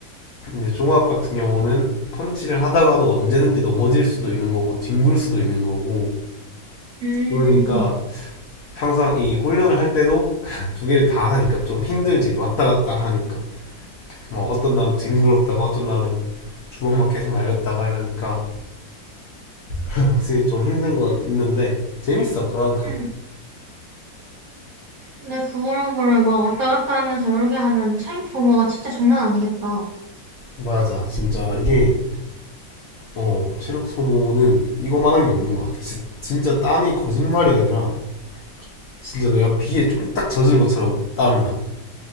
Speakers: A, on the left (about 80°); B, on the right (about 70°).
A: 이제 종합 같은 경우는 펀치를 하다가도 언제든지 넘어질 수도 있는 거고, 뒹굴 수도 있는 거고,
B: 응,
A: 그러니까
B: 응, 응.
A: 항상 이 훈련을 할 때도 <laughs> 두 개를 다 하니까 좀 힘들지. 왔다 갔다 하니까. 뭐 어떤 날은 뒹굴었다가 어떤 날은 주먹만 계속 날렸다가 이러니까 확실히 좀 힘든 건 있는데 재밌어 그만큼
B: 응. 근데 그런 거를 막 왔다 갔다 하면서 여러 개 하면 체육 소모가 진짜 장난 아니겠다.
A: 맞아 진짜 이게 어 체력 소모는 이거만한 게 없는 것 같아. 진짜, 진짜 땀이 거짓말이 아니라 진짜 내가 비에 쫄딱 젖은 것처럼 땀이 나.